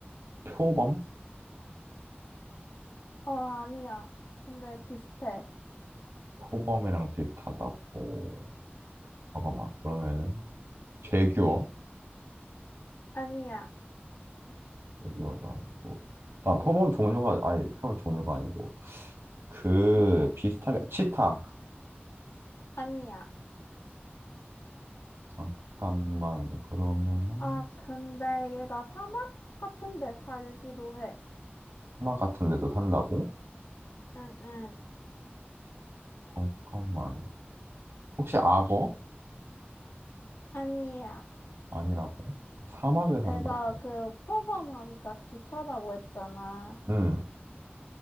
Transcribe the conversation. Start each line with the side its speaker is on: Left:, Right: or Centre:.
Right: 표범?
Left: 어, 아니야. 근데 비슷해.
Right: 표범이랑 비슷하다고. 잠깐만. 그러면은 제규어?
Left: 아니야.
Right: 제규어도 아니고. 잠깐, 표범 종류가, 아니, 표범 종류가 아니고. 그 비슷하게, 치타.
Left: 아니야.
Right: 잠깐만. 그러면은
Left: 아, 근데 얘가 사막 같은 데 살기도 해.
Right: 사막 같은 데도 산다고?
Left: 응, 응.
Right: 잠깐만. 혹시 악어?
Left: 아니야.
Right: 아니라고? 사막에 산다고?
Left: 내가 그 표범하니까 비슷하다고 했잖아.
Right: 음.